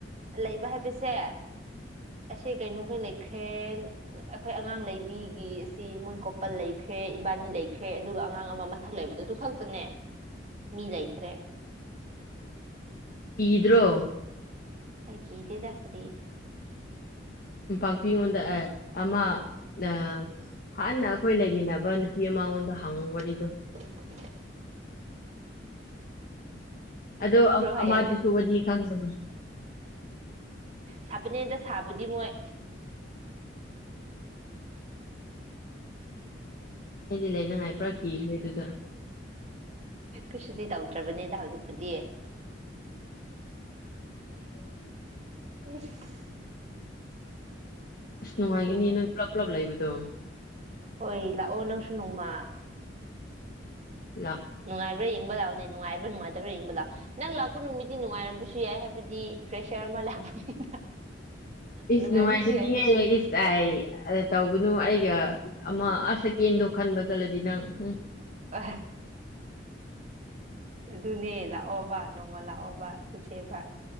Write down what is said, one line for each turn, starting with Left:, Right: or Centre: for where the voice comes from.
Right: ꯂꯩꯕ ꯍꯥꯏꯕꯁꯦ ꯑꯁꯤ ꯀꯩꯅꯣꯈꯩ ꯂꯩꯈ꯭ꯔꯦ ꯑꯩꯈꯣꯏ ꯑꯉꯥꯡ ꯂꯩꯕꯤꯒꯤ ꯑꯁꯤ ꯃꯣꯏ ꯀꯣꯄꯜ ꯂꯩꯈ꯭ꯔꯦ ꯏꯕꯥꯅꯤ ꯂꯩꯈ꯭ꯔꯦ ꯑꯗꯨꯒ ꯑꯉꯥꯡ ꯑꯃ ꯃꯊꯛ ꯂꯩꯕꯗꯣ ꯈꯛꯇꯅꯦ ꯃꯤ ꯂꯩꯇ꯭ꯔꯦ
Left: ꯀꯤꯗ꯭ꯔꯣ
Right: ꯑꯩ ꯀꯤꯗꯦꯗ ꯀꯔꯤ
Left: ꯄꯥꯛꯄꯤꯉꯣꯟꯗ ꯑꯃ ꯑ ꯍꯥꯟꯅ ꯑꯩꯈꯣꯏ ꯂꯩꯃꯤꯟꯅꯕ ꯅꯨꯄꯤ ꯑꯃ ꯃꯉꯣꯟꯗ ꯍꯪꯉꯨ ꯋꯥꯔꯤ
Right: <unintelligible>
Left: ꯑꯗꯣ
Right: ꯔꯣ ꯍꯥꯏꯌꯦ
Left: ꯑꯃꯗꯨꯁꯨ ꯋꯥꯔꯤ ꯈꯪꯕꯅꯤ
Right: ꯁꯥꯕꯅꯦꯗ ꯁꯥꯕꯨꯗꯤ ꯃꯣꯏ
Left: ꯑꯩꯗꯤ ꯂꯩꯅꯉꯥꯏ ꯄꯨꯔꯥ ꯀꯤꯈ꯭ꯔꯦ ꯑꯗꯨꯗ
Right: ꯀꯩꯁꯨꯗꯤ ꯇꯧꯗ꯭ꯔꯕꯅꯦꯗ ꯍꯧꯖꯤꯛꯄꯨꯗꯤ
Left: <unintelligible>
Right: ꯏꯁꯤꯁ
Left: ꯑꯁ ꯉꯒꯅꯤ
Right: ꯇꯨꯝꯃꯨ
Left: ꯅꯣꯏ ꯄꯨꯂꯞ ꯄꯨꯂꯞ ꯂꯩꯕꯣ ꯠꯇꯣ
Right: ꯍꯣꯏ ꯂꯥꯛꯑꯣ ꯅꯪꯁꯨꯨꯅꯨꯃ
Left: ꯎꯝ
Right: ꯅꯨꯡꯉꯕ꯭ꯔꯥ ꯌꯦꯡꯕ ꯂꯥꯛꯑꯣꯅꯦ ꯅꯨꯡꯥꯏꯕ꯭ꯔꯥ ꯅꯨꯡꯉꯥꯏ ꯠꯇꯕ꯭ꯔꯥ ꯌꯦꯡꯕ ꯂꯥꯛꯑꯣ ꯅꯪ ꯂꯥꯛꯄ ꯅꯨꯃꯤꯠꯇꯤ ꯅꯨꯡꯉꯥꯏꯔꯝꯕꯁꯨ ꯌꯥꯏ ꯍꯥꯏꯕꯗꯤ ꯐ꯭ꯔꯦꯁꯌꯥꯔ ꯑꯃ ꯂꯥꯛꯄꯅꯤꯅ
Left: ꯏꯁ
Right: ꯅꯨꯡꯉꯥꯏꯕꯁꯨ
Left: ꯅꯨꯡꯉꯥꯏꯖꯅꯤꯉꯦ
Right: ꯌꯥꯏ
Left: ꯏꯁꯥꯏ ꯑ ꯇꯧꯕꯅꯨ ꯑꯩ ꯑꯃ ꯑꯁꯀꯦꯟꯗꯣ ꯈꯟꯕ ꯆꯠꯂꯗꯤ ꯅꯪ ꯎꯝ
Right: ꯑ ꯑꯗꯨꯅꯦ ꯂꯥꯛꯑꯣꯕ ꯅꯣꯡꯃ ꯂꯥꯛꯑꯣꯕ ꯆꯠꯁꯦꯕ